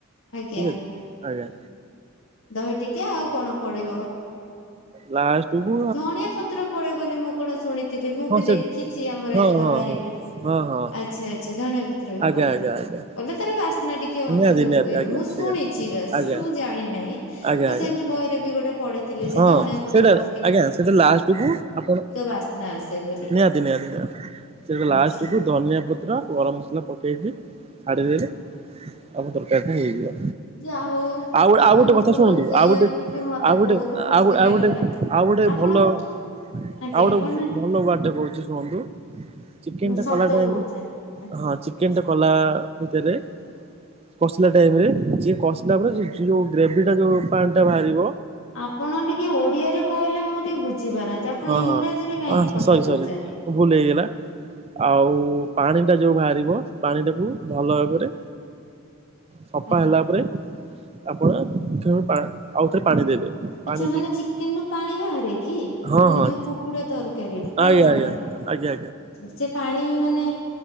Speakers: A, on the left; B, on the right.
A: ଆଜ୍ଞା
B: ଠିକ ଅଛି ଆଜ୍ଞା।
A: ଦହି ଟିକେ ଆଉ କଣ ପଡିବ।
B: ଲାଷ୍ଟକୁ
A: ଧଣିଆ ପତ୍ର ପଡେ ବୋଲି ମୁଁ କଣ ଶୁଣିଥିଲି ମୁଁ
B: ହଁ
A: ବି
B: ସେ
A: ଦେଖିଚି ଆମର
B: ହଁ
A: ଆଜି ବାହାରିଲା।
B: ହଁ ହଁ ହଁ ହଁ
A: ଆଚ୍ଛା ଆଚ୍ଛା ଧଣିଆ ପତ୍ର ବି
B: ଆଜ୍ଞା
A: ପଡେ।
B: ଆଜ୍ଞା ଆଜ୍ଞା
A: କଲେ ତାର ବାସ ନା ଟିକେ ଅଧିକ
B: ନିହାତି ନିହାତି
A: ହୁଏ।
B: ଆଜ୍ଞା
A: ମୁଁ
B: ଆଜ୍ଞା।
A: ଶୁଣିଛି ବାସ
B: ଆଜ୍ଞା
A: ମୁଁ ଜାଣି ନାହିଁ।
B: ଆଜ୍ଞା
A: ବାସ
B: ଆଜ୍ଞା
A: ଏମିତି ବହିରେ ବି ଗୋଟେ ପଢିଥିଲି ଯେ
B: ହଁ
A: ଧଣିଆ ପତ୍ର
B: ସେଇଟା
A: ପ
B: ଆଜ୍ଞା ସେଟା ଲାଷ୍ଟ କୁ ଆପଣ
A: ବାସ୍ନା ଆସେ ବୋଲି।
B: ନିହାତି ନିହାତି ନିହାତି ସେ ଲାଷ୍ଟ
A: ଆଚ୍ଛା।
B: କୁ ଧନିଆ ପତ୍ର ଗରମ ମସଲା ପକେଇକି ଛାଡିଦଲେ ଆମ ତରକାରି ଟା ହେଇଯିବ।
A: ଯା ହଉ
B: ଆଉ ଗୋଟେ
A: ଆପଣଙ୍କୁ
B: ଆଉ ଗୋଟେ କଥା ଶୁଣନ୍ତୁ।
A: ରୋଷେଇ
B: ଆଉ ଗୋଟେ
A: ଆସୁଛି ମତେ
B: ଆଉ ଗୋଟେ
A: ବହୁତ ଖୁସି
B: ଆଉ ଆଉ
A: ଲାଗିଲା।
B: ଗୋଟେ ଆ ଆଉ ଗୋଟେ
A: ଆପଣଙ୍କୁ
B: ଭଲ ଆଉ
A: ଆଜ୍ଞା
B: ଗୋଟେ
A: କଣ
B: ଭଲ ୱାର୍ଟ ଟେ କହୁଚି ଶୁଣନ୍ତୁ। ଚିକେନ ଟା
A: ଶବ୍ଦ
B: କଲା ଟାଇମ
A: କହୁଛ
B: ରେ
A: ଆଜ୍ଞା।
B: ହଁ ଚିକେନ ଟା କଲା ଭିତରେ କଷିଲା ଟାଇମ ରେ ଯିଏ କସିଲା ପରେ ଯୋଉ ଗ୍ରେଭିଟା ଯେଉଁ ପାଣିଟା ବାହାରିବ
A: ଆପଣ ଟିକେ ଓଡିଆରେ କହିଲେ ମୁଁ ଟିକେ ବୁଝିପାରନ୍ତି। ଆପଣ
B: ହଁ
A: ଇଂରାଜୀରେ
B: ହଁ
A: କାହିଁକି
B: ହଁ
A: କଥା
B: ସରି
A: କହୁଚନ୍ତି।
B: ସରି ଭୁଲ ହେଇଗଲା। ଆଉ ପାଣି ଟା ଯୋଉ ବାହାରିବ ପାଣି ଟାକୁ ଭଲ ଭାବରେ ସଫା
A: ଆଜ୍ଞା।
B: ହେଲା ପରେ ଆପଣ ଆଉ ଥରେ ପାଣି ଦେବେ
A: ଆଛା
B: ପାଣି
A: ମାନେ
B: ଦେଇ
A: ଚିକେନ ରୁ ପାଣି ବାହାରେ କି?
B: ହଁ
A: ମାନେ
B: ହଁ
A: ଯୋଉ କୁକୁଡା ତରକାରୀରୁୁ ପାଣି
B: ଆଜ୍ଞା
A: ବାହାରେ
B: ଆଜ୍ଞା ଆଜ୍ଞା ଆଜ୍ଞା
A: ଆଛା ସେ ପାଣି ମାନେ